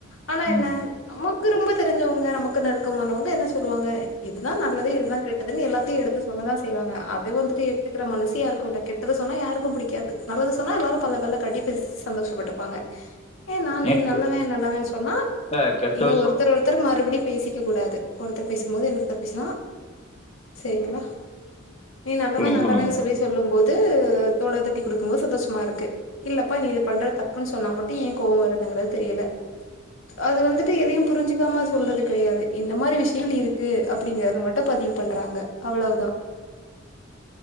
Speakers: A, on the left; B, on the left.
A: ஆனா
B: ம்
A: என்ன நமக்கு ரொம்ப தெரிஞ்சவங் ஏ நமக்கு நெறுக்கமானவங்க என்ன சொல்லுவாங்க இதுதா நல்லது இதுதா கெட்டதுன்னு எல்லாத்தையும் எடுத்து சொல்லதா செய்வாங்க அத வந்துட்டு எடுத்துக்கிற மனசு யாருக்கும் இல்ல கெட்டது சொன்ன யாருக்கும் புடிக்காது <unintelligible> சொன்னா எல்லாரும் பல்ல பல்ல கட்டி பேசி சந்தோஷப்பட்டுப்பாங்க ஏ நா நீ
B: ஏன்
A: நல்லவன் நல்லவன்னு சொன்னா
B: இல்ல, கெட்ட
A: இங்க
B: விஷயம்.
A: ஒருத்தர் ஒருத்தர் மறுபடியும் பேசிக்க கூடாது ஒருத்தர் பேசும்போது என்னொருத்தர் பேசலா சரிங்களா நீ நல்லவ
B: சொல்லுங்க
A: நல்லவன்னு
B: சொல்லுங்க
A: சொல்லி சொல்லும் போது இது தோல தட்டி கொடுக்கும் போது சந்தோஷம் சுமா இருக்கு இல்லப்பா நீ இது பண்ற தப்புன்னு சொன்னா மட்டு ஏ கோவ வருதுங்கிறது தெரியல அது வந்துட்டு எதையும் புரிஞ்சுக்காம சொல்றது கெடயாது இந்த மாதிரி விஷயங்கள் இருக்கு அப்டிங்கிறத மட்டு பதிவு பண்றாங்க அவ்வளவுதா